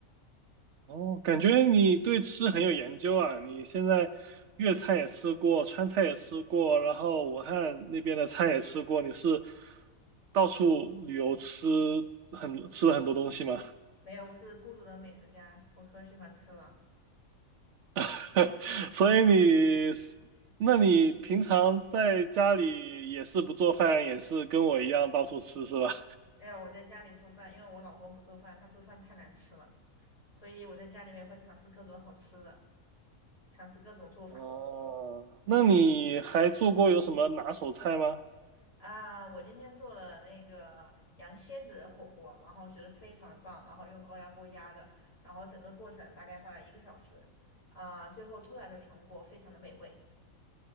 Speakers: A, on the right (about 65°); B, on the left (about 55°).
A: 哦，感觉你对吃很有研究啊！你现在粤菜也吃过，川菜也吃过，然后武汉那边的菜也吃过，你是到处旅游吃很吃了很多东西吗？
B: 没有，我是孤独的美食家，我可喜欢吃了。
A: <laughs> 所以你，那你平常在家里也是不做饭，也是跟我一样到处吃是吧？
B: 没有，我在家里做饭，因为我老公不做饭，他做饭太难吃了，所以我在家里面会尝试各种好吃的，尝试各种做法。
A: 哦，那你还做过有什么拿手菜吗？
B: 啊，我今天做了那个羊蝎子的火锅，然后觉得非常的棒，然后用高压锅压的，然后整个过程大概花了一个小时，啊，最后出来的成果非常的美味。